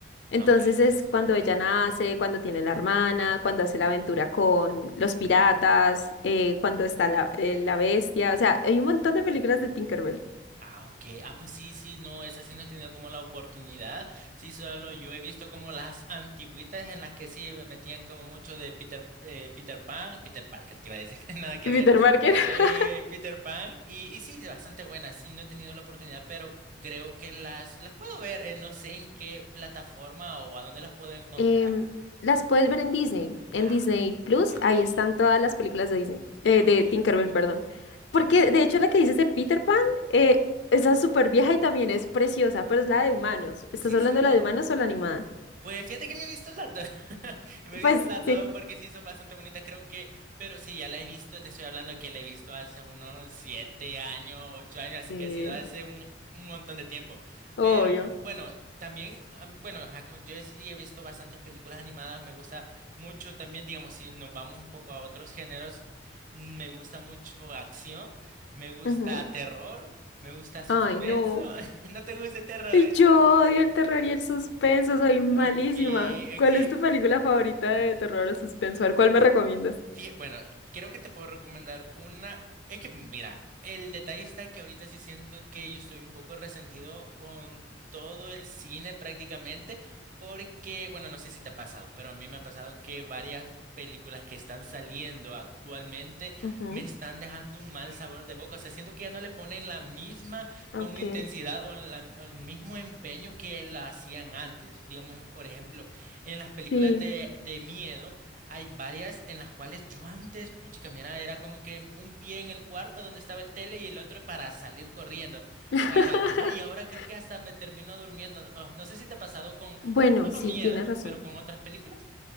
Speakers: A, on the left (about 65°); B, on the right (about 45°).
A: Entonces
B: Ah, ok, ah, pues
A: es
B: así
A: cuando
B: no.
A: ella nace, cuando tiene la hermana, cuando hace la aventura con los piratas, eh, cuando está la, eh, la bestia. O sea, hay un montón de películas de Tinkerbell.
B: Ah, ok. Ah, pues sí, sí, no, esa sí no he tenido como la oportunidad. Sí, solo yo he visto como las antigüitas en las que sí me metían como mucho de Peter, eh, Peter Pan, Peter Parker, te iba a decir, <laughs> nada que
A: Y
B: ver.
A: Peter Parker.
B: Eh,
A: <laughs>
B: Peter Pan, y, y sí, bastante buena. Sí, no he tenido la oportunidad, pero creo que las, las puedo ver. eh, no sé en qué plataforma o a dónde las puedo encontrar.
A: Em, las puedes ver en Disney, en
B: Ah,
A: Disney Plus.
B: ah, ok.
A: Ahí están todas las películas de Disney, eh,
B: Ah,
A: de
B: ok,
A: Tinkerbell,
B: perfecto.
A: perdón. Porque de hecho la que dices de Peter Pan, eh, esa es súper vieja y también es preciosa, pero es la de humanos. ¿Estás
B: Sí,
A: hablando
B: sí.
A: de la de humanos o la animada?
B: Pues fíjate que me he visto las dos. <laughs> Me he
A: Pues
B: visto las dos
A: sí.
B: porque sí son bastante bonitas, creo que. Pero sí, ya la he visto, te estoy hablando que la he visto hace unos siete años, ocho años, así
A: Sí.
B: que ha sido hace un, un montón de tiempo.
A: Obvio.
B: Pero bueno, también, am- bueno, ajá, co- yo sí he visto bastantes películas animadas, me gusta mucho también, digamos, si nos vamos un poco a otros géneros, me gusta mucho acción, me gusta
A: Ujú.
B: terror, me gusta suspenso.
A: Ay, no.
B: <laughs> ¿No te gusta el terror?
A: Ay,
B: eh?
A: Yo odio el terror y el suspenso, soy malísima.
B: Ok, ok.
A: ¿Cuál es tu película favorita de terror o suspenso? A ver, ¿cuál me recomiendas?
B: Fije- Bueno, creo que te puedo recomendar una. Es que, mira, el detalle está que ahorita sí siento que yo estoy un poco resentido con todo el cine prácticamente, porque, bueno, no sé si te ha pasado, pero a mí me ha pasado que varias películas que están saliendo actualmente
A: Ujú,
B: me están dejando un mal sabor de boca. O sea, siento que ya no le ponen la misma como
A: ok.
B: intensidad o, la- o el mismo empeño que la hacían antes. Digamos, por ejemplo, en las películas
A: Sí.
B: de de miedo. Hay varias en las cuales yo antes, puchica, mira, era como que un pie en el cuarto donde estaba el tele y el otro para salir corriendo.
A: <laughs>
B: Para, ajá, y ahora creo que hasta me termino durmiendo. Oh, no sé si te ha pasado con,
A: Bueno,
B: no solo
A: sí,
B: miedo,
A: tienes razón.
B: pero con otras películas.